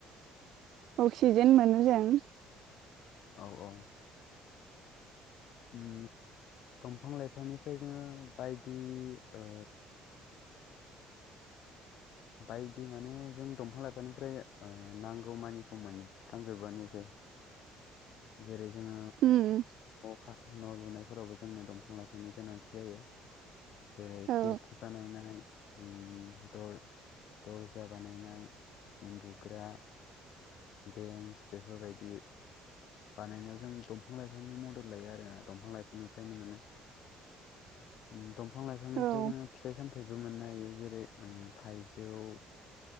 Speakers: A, on the right; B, on the left.
A: अक्सिजेन मोनो जों।
B: औ औ उम। दंफां लाइफांनिफ्राय जोङो बायदि ओ बायदि माने जों दंफां लाइफांनिफ्राय ओ नांगौ मानिखौ मोनफ्रामजोबोआनो जे जेरै जों
A: उम
B: खा न' लुनायफोरावबो जोंनो दंफां लाइफांनि गोनांथि जायो। जे
A: औ
B: खिरखि बानायनानै उम बे दर्जा बानायनाय उन्दुग्रा बेन्स बेफोरबायदि बानायनायाव जों दंफां लाइफांनि मदद लायो आरो दंफां लाइफांनिफ्रायनो मोनो। उम दंफां लाइफांनिफ्राय
A: औ
B: जोङो फिथाइ सामथायाइबो मोननो हायो। जेरै उम थाइजौ